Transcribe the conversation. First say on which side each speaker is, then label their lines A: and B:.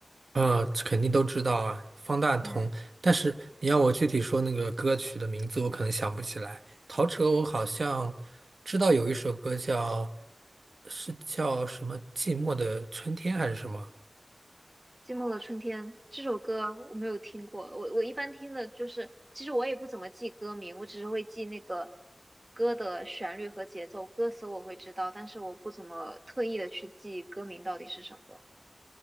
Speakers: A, on the right; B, on the right.
A: 啊，这肯定都知道啊，方大同。
B: 嗯。
A: 但是你要我具体说那个歌曲的名字，我可能想不起来。陶喆，我好像知道有一首歌叫，是叫什么《寂寞的春天》还是什么？
B: 寂寞的春天这首歌我没有听过，我我一般听的就是，其实我也不怎么记歌名，我只是会记那个歌的旋律和节奏，歌词我会知道，但是我不怎么特意的去记歌名到底是什么，